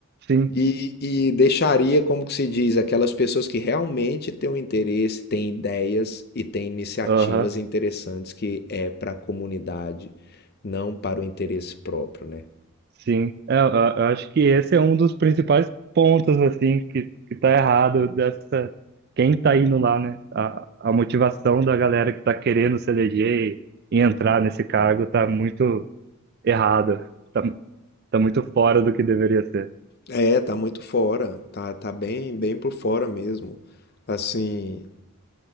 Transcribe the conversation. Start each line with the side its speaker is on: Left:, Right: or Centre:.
Right: Sim.
Left: E, e deixaria, como que se diz, aquelas pessoas que realmente têm um interesse, têm ideias e têm iniciativas
Right: Aham.
Left: interessantes que é para a comunidade, não para o interesse próprio, né?
Right: Sim. É, eu, eu- eu acho que esse é um dos principais pontos, assim, que, que tá errado dessa. Quem tá indo lá, né? A, a motivação da galera que tá querendo se eleger e, e entrar nesse cargo tá muito errada. Tá, tá muito fora do que deveria ser.
Left: É, tá muito fora, tá, tá bem, bem por fora mesmo. Assim,